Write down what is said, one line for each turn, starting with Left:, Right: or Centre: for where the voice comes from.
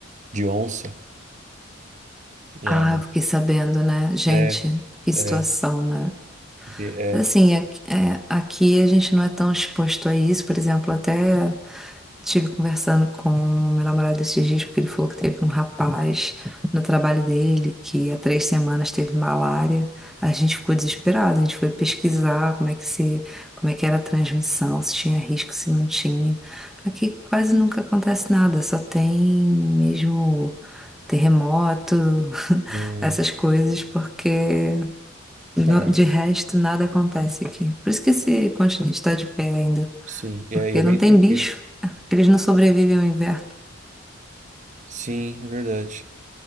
Right: de onça. Já
Centre: Ah, eu fiquei sabendo, né? Gente,
Right: é,
Centre: que situação,
Right: é,
Centre: né?
Right: porque é
Centre: Mas, Assim, aqui, é, aqui a gente não é tão exposto a isso, por exemplo, até. Estive conversando com o meu namorado esses dias, porque ele falou que teve um rapaz no trabalho dele que há três semanas teve malária. A gente ficou desesperado, a gente foi pesquisar como é que se, como é que era a transmissão, se tinha risco, se não tinha. Aqui quase nunca acontece nada, só tem mesmo terremoto, <laughs>
Right: um,
Centre: essas coisas, porque no-
Right: ah,
Centre: de resto nada acontece aqui. Por isso que esse continente está de pé ainda
Right: sim, e
Centre: porque
Right: aí é bem
Centre: não tem
Right: tranquilo.
Centre: bicho. Eles não sobrevivem ao inverno.
Right: Sim, é verdade,